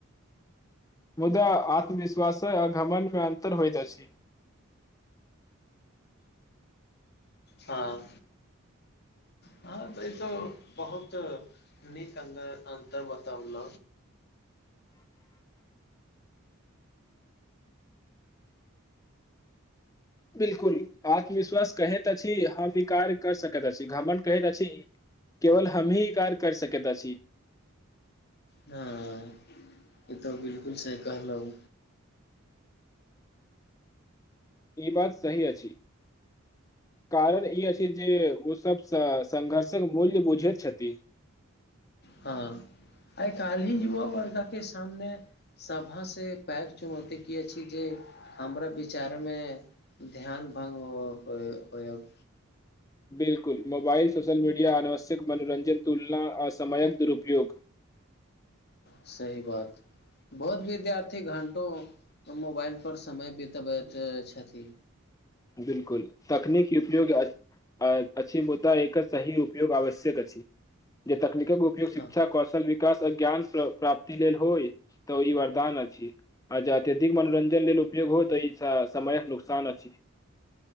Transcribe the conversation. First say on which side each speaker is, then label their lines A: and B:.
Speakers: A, on the left (about 15°); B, on the left (about 50°).
A: मुदा आत्मविश्वास आ घमनमे अन्तर होइत अछि
B: हँ हँ तऽ ई त बहुत नीक अर अन्तर बताउल
A: <unintelligible> बिलकुल आत्मविश्वास कहैत अछि हम म्वीकार कर सकैत अछि घ्रमण कहैत अछि केवल हमीह इ कार कर सकत अछि
B: हँ ई तऽ बिलकुल सही कहलहु
A: ई बात सही अछि कारण ई अछि जे ओ सभसँ संघर्षक मूल्य बुझैत छथि
B: हँ आइ कालहि युवा वर्ग के सामने सभा से पैघ चुनौती की अछी जे हमरा विचारमे ध्यान भंग हो हो होयव
A: बिलकुल मोबाइल सोशल मीडिया अनावश्यक मनोरञजन तुलना ला असमयक दुरुपयोग
B: सही बात बहुत विद्यार्थी घंटो मोबाइल पर समय बितब छथि
A: बिलकुल तकनिकी उपयोग अछि मुदा एकर सही उपयोग आवश्यक अछि जे तकनीक उपयोग शिक्षा
B: हँ
A: कौशल विकास अ ज्ञान प्राप्ति लेल होय तऽ ई वरदान अछि आर अत्यधिक मनोरंजन लेल उपयोग हो त ई समय नुकसान अछि